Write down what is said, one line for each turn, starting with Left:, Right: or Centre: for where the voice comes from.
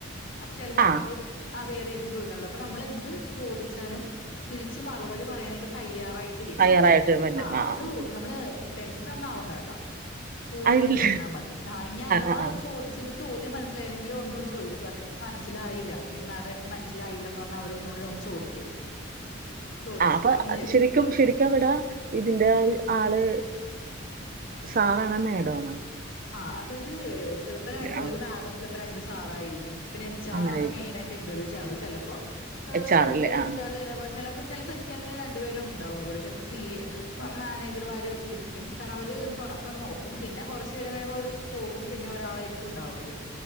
Left: അപ്പ ചിലപ്പോ
Right: ആ
Left: ആദ്യം അ വേ ചോദിക്കണ്ടത് അപ്പ നമ്മൾ എന്ത് ചോദിച്ചാലും തിരിച്ച് മറുപടി പറയാനായിട്ട് തയ്യാറാ ട്ടിരിക്കണം
Right: തയ്യാറായിട്ട് വല്ലതും
Left: ആ അത്
Right: ഉം.
Left: നമ്മള് ടെൻഷന ഒന്ന ആവണ്ട കേട്ടോ കൂളായിട്ട്
Right: ആ ഇല്ല.
Left: ഇരുന്നാൽ മതി ആ ഇനി അഥവാ
Right: ആ ആ
Left: ചോദിച്ചത് ചോദ്യം മനസിലായില്ലെങ്കിൽ ഒന്നൂടി ചോദിക്കും സാറേ ന്ക്ക് മനസിലായില്ല അല്ലെങ്കി മാഡം എനിക്ക് മനസായില്ല എന്ന് പറഞ്ഞാ അവര് ഒന്നൂടെ നമ്മുക്ക് ചോദിക്ക ചോദിച്ചു
Right: ആ, അപ്പൊ
Left: പറഞ്ഞു തരും
Right: ശരിക്കും ശരിക്കും അവിടെ ഇതിന്റെ ആള് സാറാ ണ മേടാ ണോ
Left: ആ അതായത് ചിലപ്പോ ര
Right: ആ
Left: ഒരു മാടോ ചിലപ്പോ രണ്ട് സാറോയിരിക്കും പിന്നെ എച്ച്
Right: അങ്ങനെയായിരിക്കും
Left: ആർ ആണ് മെയിൻ ആയിട്ട് ഇന്റർവ്യൂ ചെയ്ണ്ടത് ചിലപ്പോ ഇഹ്‌
Right: എച്ച് ആർ
Left: രണ്ടുപേര്
Right: അല്ലേ
Left: എക്സ്ട്രാ
Right: ആ
Left: ചെയ്യും ചലപ്പോ ചില സെഷന്ല് രണ്ടു പേരും ഉണ്ടാവും കൂടെ ചിലപ്പോ സി എ മാനേജർമാര് ഇരിക്കും കാരണം അവര് ഞമ്മക്ക് തുടക്കം നോക്കും പിന്നെ കുറച്ചു നേരം കഴിയുമ്പോ അവക്ക് പോകും പിന്നെ ഒരാളായിരിക്കും ഉണ്ടാവുന്നത്